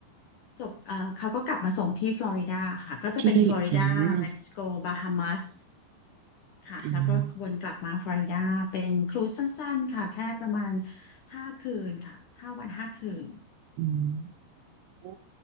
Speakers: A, on the left; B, on the right.
A: จบเอ่อเขาก็กลับมาส่งที่ฟลอริดาค่ะ ก็จะเป็นฟลอริดาเม็กซิโก
B: ที่อืม
A: บาฮามัสค่ะ
B: อืม
A: แล้วก็วนกลับมาฟลอริดาเป็นครูซสั้นๆค่ะ แค่ประมาณห้าคืนค่ะห้าวันห้าคืน
B: อืมโอ้